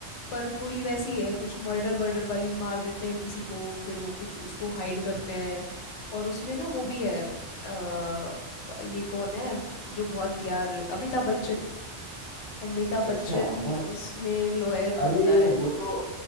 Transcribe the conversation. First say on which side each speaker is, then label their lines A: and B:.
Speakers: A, on the left (about 85°); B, on the left (about 50°).
A: पर थोड़ी वैसी है कुछ मर्डर वर्डर वाली मार देते हैं किसी को फिर वो कुछ उसको हाइड करते हैं और उसमें ना वो भी है अ, ये कौन है जो बहुत यार अमिताभ बच्चन अमिताभ
B: अच्छा
A: बच्चन
B: अमिताभ
A: उसमें
B: बच्चन
A: लॉयर
B: अरे
A: बनता है
B: वो तो